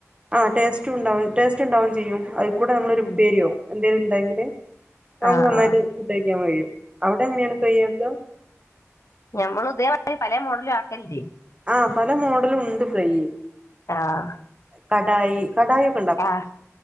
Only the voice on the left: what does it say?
ഉം
ആഹ്
ആഹ്
ഞമ്മളു ഇതെമാതിരി പലേ മോഡൽലും ആക്കല്ണ്ട്
ആഹ്
ആഹ്